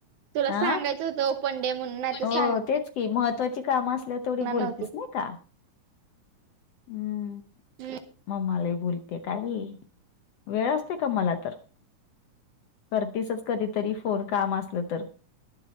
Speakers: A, on the right; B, on the left.
A: तुला
B: अं?
A: सांगायचं होतं ओपन डे म्हणून नाही तर
B: हो
A: सांगणार
B: तेच. कि महत्त्वाची कामं असल्यावर तेवढी बोलतीस
A: नव्हती
B: नाही का? हम्.
A: हम्.
B: मालाही बोलते काय बाई? वेळ असतोय का मला तर? करतीसच कधीतरी फोन, काम असलं तर.